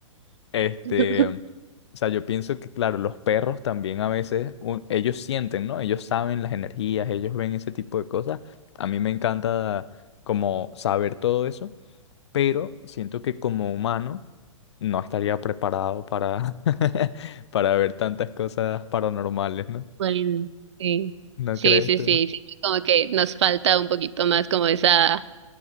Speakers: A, on the left; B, on the right.
A: Este,
B: <laughs>
A: o sea, yo pienso que, claro, los perros también a veces, un- ellos sienten, ¿no? Ellos saben las energías, ellos ven ese tipo de cosas. A mí me encanta como saber todo eso pero siento que como humano no estaría preparado para, <laughs> para ver tantas cosas paranormales, ¿no?
B: Bueno, sí.
A: ¿No
B: Sí,
A: crees
B: sí,
A: tú?
B: sí, siento como que nos falta un poquito más como esa